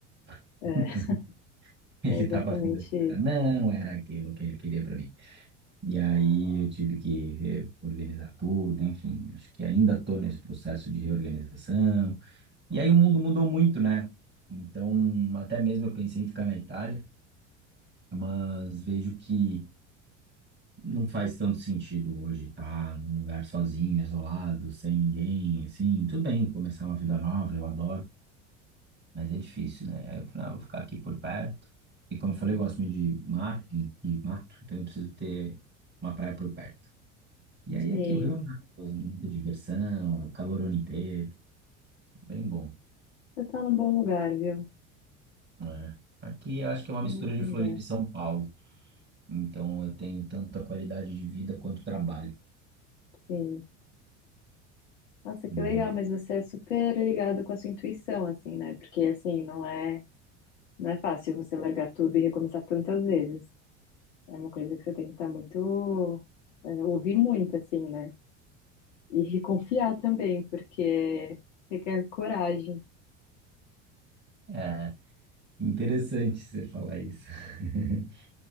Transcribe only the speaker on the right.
<laughs>
Então,
ele
tava rindo.
Cara, não era aquilo que ele queria pra mim. E aí eu tive que reorganizar tudo, enfim, acho que ainda estou nesse processo de reorganização. E aí o mundo mudou muito, né? Então, até mesmo eu pensei em ficar na Itália, mas vejo que não faz tanto sentido hoje estar num lugar sozinho, isolado, sem ninguém, assim. Tudo bem, começar uma vida nova, eu adoro, mas é difícil, né? Aí eu falei, ah, vou ficar aqui por perto. E como eu falei, eu gosto muito de mar e, e mato, então eu preciso ter uma praia por perto. E aí
aqui o Rio é maravilhoso, muita diversão, é o calor o ano inteiro, bem bom.
né? Aqui eu acho que é uma
mistura
de Floripa
e São Paulo, então eu tenho tanto a qualidade de vida quanto o trabalho.
E
É interessante você falar isso, <laughs>